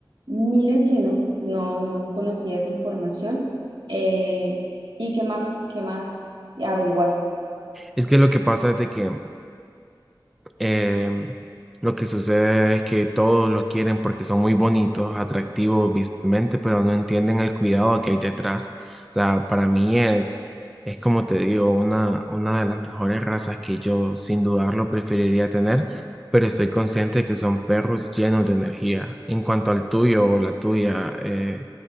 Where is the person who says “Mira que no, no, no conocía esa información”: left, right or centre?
Right